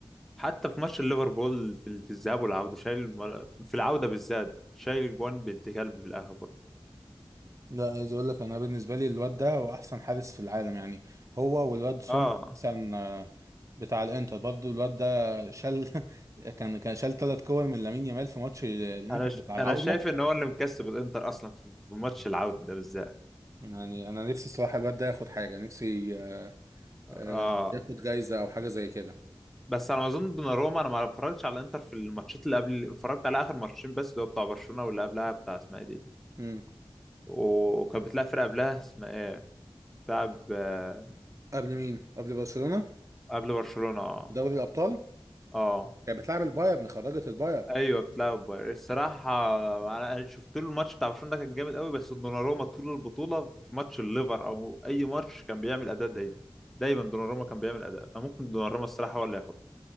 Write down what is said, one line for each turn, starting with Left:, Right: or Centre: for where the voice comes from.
Centre: حتى في ماتش ليفربول في في الذهاب والعوده شايل في العوده بالذات شايل الجوان بنت كلب في الاخر برضه.
Right: لا عايز اقول لك انا بالنسبه لي الواد ده هو احسن حارس في العالم يعني هو والواد سوم
Centre: اه
Right: مثلا آه، بتاع الانتر برضه الواد ده شال <laughs> كان كان شال ثلاث كور من لامين يامال في ماتش الانتر
Centre: انا ش...
Right: بتاع العوده
Centre: انا شايف ان هو اللي مكسب الانتر اصلا في في ماتش العوده ده بالذات
Right: يعني انا نفسي الصراحه الواد ده ياخد حاجه نفسي آه،
Centre: اه
Right: آه، ياخد جايزه او حاجه زي كده
Centre: بس على ما اظن دوناروما انا ما اتفرجتش على الانتر في الماتشات اللي قبل اتفرجت على اخر ماتشين بس اللي هو بتاع برشلونه واللي قبلها بتاع اسمها ايه دي
Right: مم.
Centre: وكانت بتلعب فرقه قبلها اسمها ايه بتلعب آه،
Right: قبل مين قبل برشلونه
Centre: قبل برشلونه اه
Right: دوري الابطال
Centre: اه
Right: كانت بتلعب البايرن خرجت البايرن
Centre: ايوه بتلعب بايرن الصراحه انا شفت له الماتش بتاع برشلونه ده كان جامد قوي بس دوناروما طول البطوله في ماتش الليفر او اي ماتش كان بيعمل اداء دايما دايما دوناروما كان بيعمل اداء فممكن دوناروما الصراحه هو اللي ياخد